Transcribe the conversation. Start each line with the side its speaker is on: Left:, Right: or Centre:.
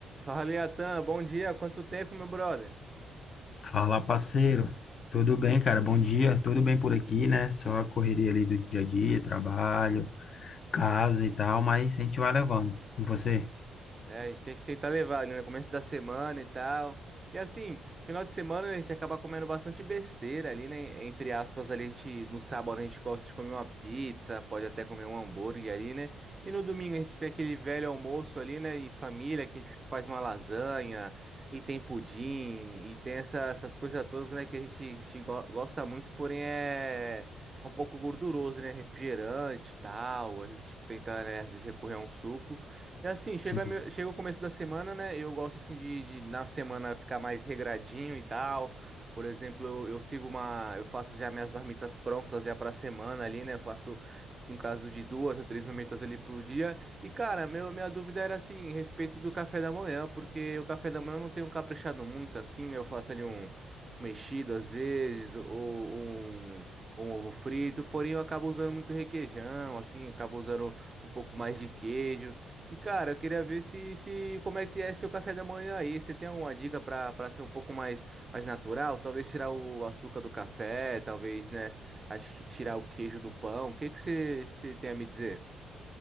Right: Fala, Iatan. Bom dia. Quanto tempo, meu brother?
Left: Fala, parceiro. Tudo bem, cara? Bom dia. Tudo bem por aqui, né? Só a correria ali do dia a dia, trabalho, casa e tal, mas a gente vai levando. E você?
Right: É, a gente tem que tentar levar ali no começo da semana e tal. E assim, final de semana né, a gente acaba comendo bastante besteira ali, né? Entre aspas, ali a gente, no sábado a gente gosta de comer uma pizza, pode até comer um hambúrguer ali, né? E no domingo a gente tem aquele velho almoço ali, né? Em família, que a gente faz uma lasanha, e tem pudim, e tem essa- essas coisas todas, né? Que a gente, a gente go- gosta muito, porém é. é Um pouco gorduroso, né? Refrigerante e tal. A gente tenta, né, às vezes recorrer a um suco. E assim, chega,
Left: Sim.
Right: meu- chega o começo da semana, né? Eu gosto assim de, de na semana ficar mais regradinho e tal. Por exemplo, eu, eu sigo uma. Eu faço já minhas marmitas prontas já pra semana ali, né? Eu faço, no caso de duas a três marmitas ali pro dia. E, cara, meu, minha dúvida era assim, a respeito do café da manhã, porque o café da manhã eu não tenho caprichado muito assim, né? Eu faço ali um. um Mexido às vezes, ou um, ou um ovo frito, porém eu acabo usando muito requeijão, assim, acabo usando um pouco mais de queijo. E cara, eu queria ver se, se como é que é seu café da manhã aí. Você tem alguma dica para para ser um pouco mais mais natural? Talvez tirar o açúcar do café, talvez, né? Acho que tirar o queijo do pão. O que que você você tem a me dizer?